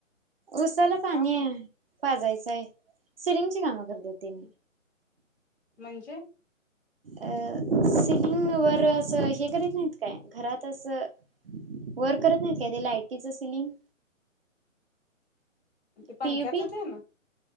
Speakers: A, on the right; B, on the left.
A: उसाला पाणी
B: काम
A: हाय पाजायचं हाय सिलिंग किती काम करतात तेनी
B: <unintelligible> <unintelligible>
A: अ सिलिंग वर असं हे करीत नाहीत काय घरात असं वर करत नाहीत काय ते लायटीच सिलिंग.
B: ते पंख्याच्
A: पी यू पी
B: तेन